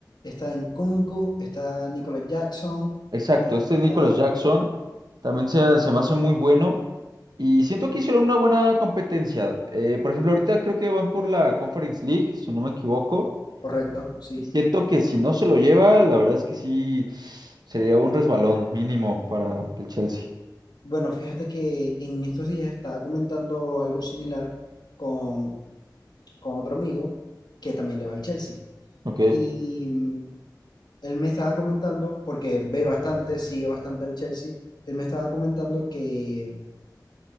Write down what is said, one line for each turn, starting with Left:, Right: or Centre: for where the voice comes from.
Left: está Nkunku, está Nicolas Jackson,
Right: Exacto,
Left: está...
Right: este Nicholas Jackson también se, se me hace muy bueno y siento que hicieron una buena competencia. Eh, por ejemplo, ahorita creo que van por la Conference League, si no me equivoco,
Left: Correcto, sí.
Right: y siento que si no se lo lleva, la verdad es que sí sería un resbalón mínimo para el Chelsea.
Left: Bueno, fíjate que en estos días estaba comentando algo similar con, con otro amigo que también le va al Chelsea.
Right: ¿Ok?
Left: Y mm, él me estaba comentando, porque ve bastante, sigue bastante al Chelsea, él me estaba comentando que